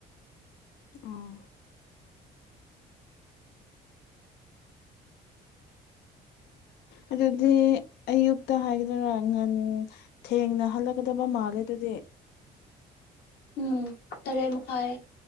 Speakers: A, on the left (about 85°); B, on the left (about 70°).
A: ꯑꯥ ꯑꯗꯨꯗꯤ ꯑꯌꯨꯛꯇ ꯍꯥꯏꯒꯗꯣꯏꯔꯥ ꯉꯟ ꯊꯦꯡꯅ ꯍꯜꯂꯛꯀꯗꯕ ꯃꯥꯜꯂꯦ ꯑꯗꯨꯗꯤ
B: ꯎꯝ ꯇꯔꯦꯠ ꯃꯈꯥꯏ